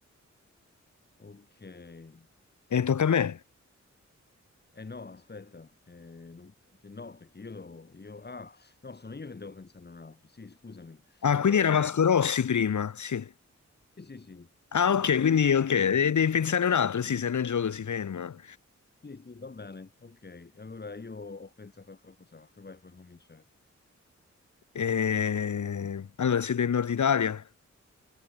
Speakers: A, on the left (about 35°); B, on the left (about 80°).
A: Ok. Eh
B: E tocca a me.
A: eh no, aspetta. Eh, non- no, perché io, io... Ah, no, sono io che devo pensare a un altro. Sì, scusami.
B: Ah, quindi
A: Eh,
B: era Vasco Rossi prima, sì.
A: sì, sì, sì.
B: Ah,
A: Sì,
B: ok,
A: sì.
B: quindi ok,
A: No,
B: e devi pensare un altro, sì, se no il gioco si ferma.
A: sì, sì, va bene. Ok, allora io ho pensato a qualcos'altro. Vai, puoi cominciare.
B: Eh, Allora, siete del nord Italia?